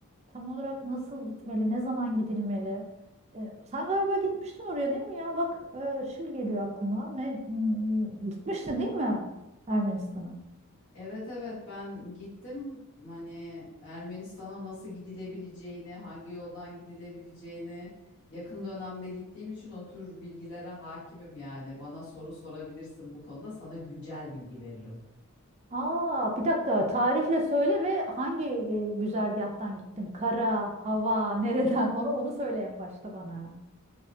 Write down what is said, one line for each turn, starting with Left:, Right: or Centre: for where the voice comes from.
Right: tam olarak nasıl gitmeli, ne zaman gidilmeli? Ee, sen galiba gitmiştin oraya değil mi ya? Bak e, şimdi geliyor aklıma. Ne hmm, gitmiştin değil mi Ermenistan'a?
Left: Evet evet ben gittim hani Ermenistan'a nasıl gidilebileceğini, hangi yoldan gidilebileceğini yakın dönemde gittiğim için o tür bilgilere hakimim yani. Bana soru sorabilirsin bu konuda sana güncel bilgi veririm.
Right: Aa, bir dakika tarihle söyle ve hangi e, güzergahtan gittin? Kara, hava, nereden? Onu onu söyle en başta bana.